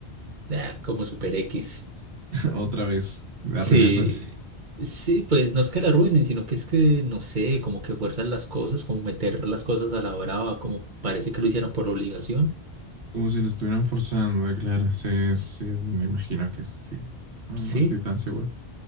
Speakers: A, on the right; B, on the right.
A: ah, como super X.
B: <laughs> Otra vez, arruinándose.
A: Sí, sí, pues no es que la arruinen, sino que es que, no sé, como que fuerzan las cosas, como meter las cosas a la brava, como parece que lo hicieran por obligación.
B: Como si lo estuvieran forzando, eh, claro. Sí, sí,
A: S-
B: sí, me imagino que sí. No, no
A: Sí,
B: estoy tan seguro.